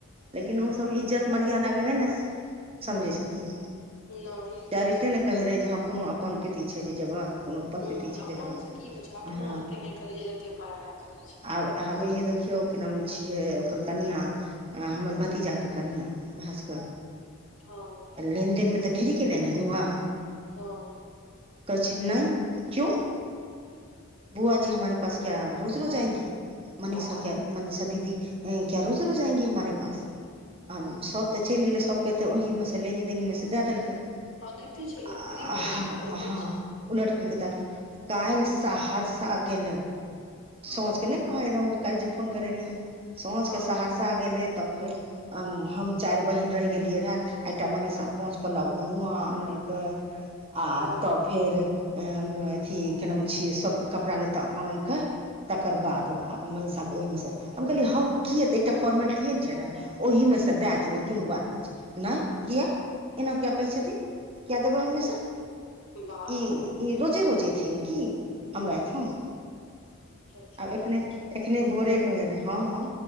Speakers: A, on the right; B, on the left.
A: लेकिन ओसब इज्जत मर्यादा के नै न समझैय छथिन।
B: नहि ई तऽ
A: डायरेक्टे
B: नहि समझ
A: नऽ कहै रहैय जे ह कोनो अपन पीति छैय जे जेबय कोनो। अपन
B: हुँ
A: पिति छैय
B: अपन
A: जेबह
B: से की होइ छै अपनो
A: ह
B: ओते नहि करै छै जते पराया करै छै
A: आब आबैये हे देखियो केना मुँह छी। गेल रहै ओकर कनियाँ हमर भतीजाके कनियाँ भास्कर।
B: हा।
A: लेनदेन मे तऽ ढेरी के एलै न नुआ।
B: हँ।
A: कहैय छैय नै कियो। बुआ जी हमारे पास क्या रोज रोज आएगी मनीषा
B: वाह
A: क्या मनीषा दीदी। यही क्या रोजे रोज आएगी हमारे पास। आ सब तऽ चलि गेलैय सबके तऽ ओहीमे सँ लेनी देनी में सँ दए देलकै।
B: हँ दैते छै
A: आऽ
B: लोक ओ की करै छै दैते
A: ह ह।
B: छै
A: उलट फिरके त काल्हि सहरसा गेल सोझ
B: ओ
A: के नै कहै रहौ काल्हि जे फोन करै रीय साँझकेऽ
B: हँ
A: सहरसा गेलै तऽ फो हम चारि बहिन रहि गेलियै रहे एकटा मनीषा पाँच पल्ला ओ नुआ आनलकै आ
B: वाह
A: तब फेर एम अथी कि नाम छियै सबके कपड़ा लत्ता आनल कै। तकर बाद ओ आब मनीषा के ओहिमे सँ हम कहलियै हौ। कि हेतइ एकटा फोर्मेलिटीए छै ने ओहिमे से दए देबै कोनो बात नहि छै। नहि किया एना किया कहै छथिन किया देबै ओहि में सँ।
B: वाह
A: ई ई रोजे-रोजे एथिन कि हमरा ऐठाम।
B: <unintelligible>
A: एखने एखने भोरे कहे रहे हँ हँ